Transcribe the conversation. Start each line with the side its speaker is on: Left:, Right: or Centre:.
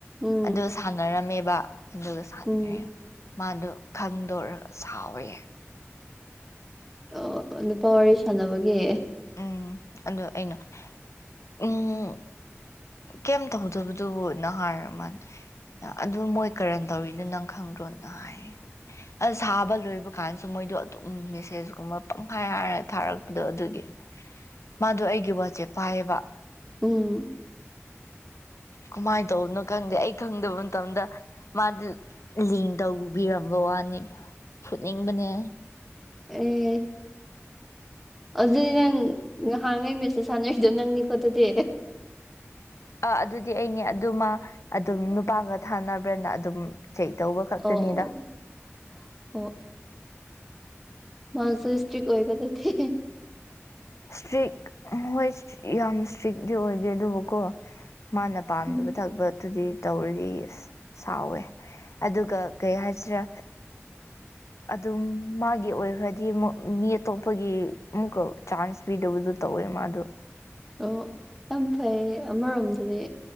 Centre: ꯎꯝ
Left: ꯑꯗꯨ ꯁꯥꯟꯅꯔꯝꯃꯦꯕ ꯑꯗꯨꯒ ꯁꯥꯟꯅ
Centre: ꯎꯝ
Left: ꯃꯥꯗꯣ ꯈꯪꯗꯣꯔꯒ ꯁꯥꯎꯋꯦ
Centre: ꯑꯣ ꯅꯨꯄꯥ ꯋꯥꯔꯤ ꯁꯥꯟꯅꯕꯒꯤ
Left: ꯎꯝ ꯑꯗ ꯑꯩꯅ ꯎꯝ ꯀꯩꯝ ꯇꯧꯍꯧꯗꯕꯗꯨꯕꯨ ꯅ ꯍꯥꯏꯔ ꯃꯥꯂ ꯑꯗꯨ ꯃꯣꯏ ꯀꯔꯝ ꯇꯧꯔꯤꯅꯣ ꯅꯪ ꯈꯪꯗ꯭ꯔꯣꯅ ꯍꯥꯏ ꯑꯁ ꯁꯥꯕ ꯂꯣꯏꯕ ꯀꯥꯟꯁꯨ ꯃꯣꯏꯗꯣ ꯑꯗꯨꯝ ꯃꯦꯁꯦꯁꯀꯨꯝꯕ ꯄꯪꯈꯥꯏ ꯍꯥꯏꯔ ꯊꯥꯔꯛꯄꯗꯣ ꯑꯗꯨꯒꯤ ꯃꯥꯗꯣ ꯑꯩꯒꯤ ꯋꯥꯆꯦꯞ ꯄꯥꯏꯌꯦꯕ
Centre: ꯎꯝ
Left: ꯀꯃꯥꯏꯅ ꯇꯧꯕꯅꯣ ꯈꯪꯗꯦ ꯑꯩ ꯈꯪꯗꯕ ꯃꯇꯝꯗ ꯃꯥꯗꯨ ꯂꯤꯡ ꯇꯧꯕꯤꯔꯝꯕ ꯋꯥꯅꯤ ꯐꯨꯠꯅꯤꯡꯕꯅꯦ
Centre: <unintelligible> ꯑꯗꯨꯗꯤ ꯅꯪ ꯉꯍꯥꯡꯉꯩ ꯃꯦꯁꯦꯁ ꯊꯥꯅꯔꯤꯗꯣ ꯅꯪꯅꯤꯀꯣ ꯑꯗꯨꯗꯤ
Left: ꯑ ꯑꯗꯨꯗꯤ ꯑꯩꯅꯦ ꯑꯗꯨꯃ ꯑꯗꯨꯝ ꯅꯨꯄꯥꯒ ꯊꯥꯅꯕ꯭ꯔꯅ ꯑꯗꯨꯝ ꯆꯩꯛ ꯇꯧꯕ ꯈꯛꯇꯅꯤꯗ
Centre: ꯑꯣ ꯑꯣ ꯑꯣ ꯃꯟꯁꯨ ꯏꯁꯇ꯭ꯔꯤꯛ ꯑꯣꯏꯗꯗꯤ
Left: ꯏꯁꯇ꯭ꯔꯤꯛ ꯍꯣꯏ ꯌꯥꯝ ꯏꯁꯇ꯭ꯔꯤꯛꯇꯛꯇꯤ ꯑꯣꯏꯗꯦ ꯑꯗꯨꯕꯨꯀꯣ ꯃꯥꯅ ꯄꯥꯝꯗꯕ
Centre: ꯎꯝ
Left: ꯊꯕꯛꯇꯨꯗꯤ ꯇꯧꯔꯗꯤ ꯑ ꯁꯥꯎꯋꯦ ꯑꯗꯨꯒ ꯀꯩ ꯍꯥꯏꯁꯤꯔꯥ ꯑꯗꯨꯝ ꯃꯥꯒꯤ ꯑꯣꯏꯈ꯭ꯔꯗꯤ ꯑꯃꯨꯛ ꯃꯤ ꯑꯇꯣꯞꯄꯒꯤ ꯑꯃꯨꯛꯀ ꯆꯥꯟꯁ ꯄꯤꯗꯕꯗꯣ ꯇꯧꯋꯦ ꯃꯥꯗꯣ
Centre: ꯑꯣ ꯌꯥꯝ ꯐꯩ ꯑꯃꯔꯣꯝꯗꯗꯤ